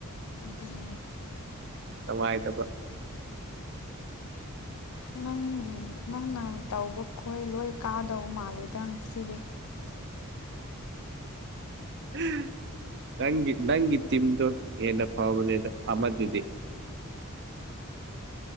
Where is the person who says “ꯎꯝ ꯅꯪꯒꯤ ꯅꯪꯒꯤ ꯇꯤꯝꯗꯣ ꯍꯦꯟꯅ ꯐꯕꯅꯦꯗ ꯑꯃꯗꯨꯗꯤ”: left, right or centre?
Right